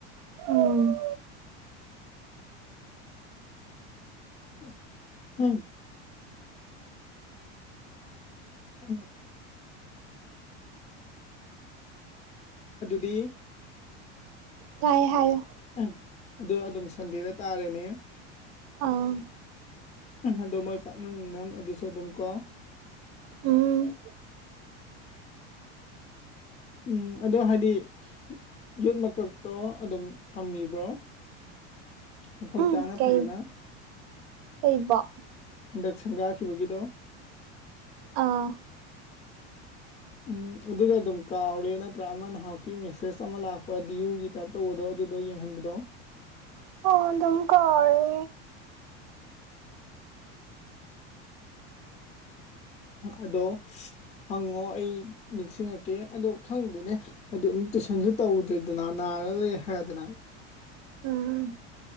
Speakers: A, on the right; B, on the left.
A: ꯎꯝ
B: <unintelligible> ꯑꯅꯤꯃꯛ ꯑꯗꯨꯗꯤ
A: ꯇꯥꯏꯌꯦ ꯍꯥꯏꯌꯣ
B: ꯑꯍꯝ ꯑꯗꯣ ꯑꯗꯨꯝ ꯁꯟꯗꯦꯗ ꯇꯥꯔꯦꯅꯦ
A: ꯑꯥ
B: ꯑꯗꯣ ꯃꯣꯏ ꯄꯥꯛꯅꯝ ꯅꯨꯡꯅꯝ ꯑꯗꯨꯁꯨ ꯑꯗꯨꯝ ꯀꯣ
A: ꯎꯝ
B: ꯎꯝ ꯑꯗꯨ ꯍꯥꯏꯗꯤ ꯌꯣꯠ ꯃꯀꯛꯇꯣ ꯑꯗꯨꯝ ꯊꯝꯃꯤꯕ꯭ꯔꯣ ꯃꯐꯝ
A: ꯎꯝ
B: ꯆꯥꯅ
A: ꯀꯩ
B: ꯐꯖꯅ
A: ꯀꯩꯕꯣ
B: ꯍꯟꯗꯛ ꯁꯪꯒꯥꯈꯤꯕꯒꯤꯗꯣ
A: ꯑꯥ
B: ꯎꯝ ꯑꯗꯨꯒ ꯑꯗꯨꯝ ꯀꯥꯎꯔꯦ ꯅꯠꯇ꯭ꯔꯥ ꯑꯃ ꯅꯍꯥꯛꯃꯨꯛꯀꯤ ꯃꯦꯁꯦꯁ ꯑꯃ ꯂꯥꯛꯄ ꯗꯤꯌꯨꯒꯤ ꯇꯥꯏꯞ ꯇꯧꯕꯗꯣ ꯑꯗꯨꯗꯣ ꯌꯦꯡꯍꯟꯕꯗꯣ
A: ꯑꯣ ꯑꯗꯨꯝꯀꯥꯎꯔꯦ
B: ꯑꯗꯣ ꯍꯪꯉꯣ ꯑꯩ ꯅꯤꯡꯁꯤꯡꯉꯛꯀꯦ ꯑꯗꯣ ꯈꯪꯗꯦꯅꯦ ꯑꯗꯨ ꯑꯃꯨꯛ ꯇꯨꯏꯁꯟꯁꯨ ꯇꯧꯗꯔꯦꯗꯅ ꯅꯥꯔ ꯂꯩ ꯍꯥꯏꯗꯅ
A: ꯎꯝ